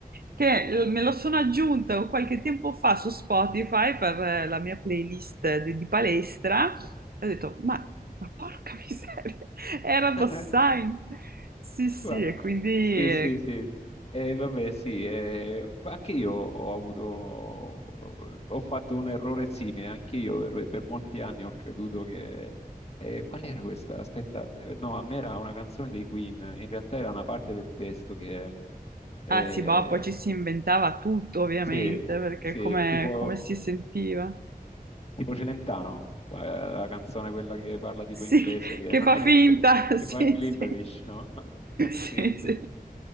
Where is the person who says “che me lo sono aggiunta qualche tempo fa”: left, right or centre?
Right